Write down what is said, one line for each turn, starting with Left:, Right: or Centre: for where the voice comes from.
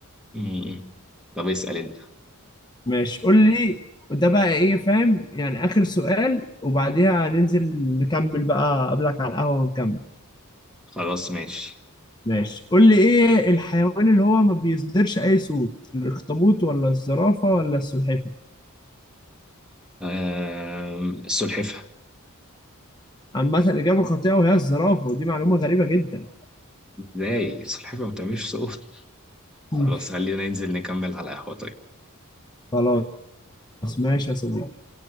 Centre: م- م. طب اسأل انت
Left: ماشي قول لي ده بقى ايه فاهم يعني اخر سؤال وبعديها ننزل نكمل بقى قبلك على القهوة ونكمل
Centre: خلاص ماشي
Left: ماشي قول لي ايه الحيوان اللي هو ما بيصدرش اي صوت الاخطبوط ولا الزرافة ولا السلحفاة
Centre: أم... السلحفة
Left: عامة إجابة خاطئة وهي الزرافة ودي معلومة غريبة جدا
Centre: ازاي السلحفة ما بتعملش صوت خلاص
Left: <laughs>
Centre: خلينا ننزل نكمل على القهوة طيب
Left: خلاص ماشي يا صديقي